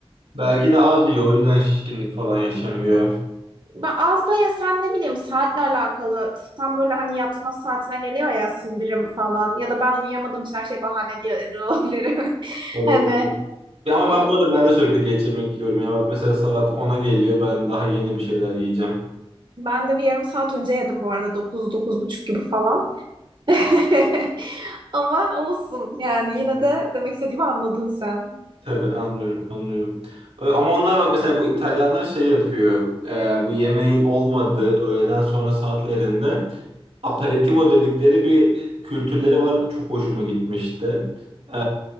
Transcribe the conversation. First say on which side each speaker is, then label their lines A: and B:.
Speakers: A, on the right; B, on the right.
A: Belki de az yiyor. O yüzden şişkinlik falan yaşamıyor.
B: Ben az da yesen ne bileyim saatle alakalı. Tam böyle hani yatma saatine geliyor ya sindirim falan. Ya da ben uyuyamadığım için her şey bahane diye ediyor olabilirim. <laughs>
A: O da
B: Hani
A: olabilir. Ya ama
B: e,
A: ben bu arada ben de sürekli geç yemek yiyorum. Ya bak mesela saat ona geliyor. Ben daha yeni bir şeyler yiyeceğim.
B: ben de bir yarım saat önce yedim bu arada. 9 buçuk gibi falan. <laughs> Ama olsun yani yine de demek istediğimi anladın sen.
A: Tabii anlıyorum anlıyorum. Ö- Ama onlar bak mesela bu İtalyanlar şey yapıyor. Eee, bu yemeğin olmadığı öğleden sonra saatlerinde Aperitivo dedikleri bir kültürleri var. Çok hoşuma gitmişti. Ee,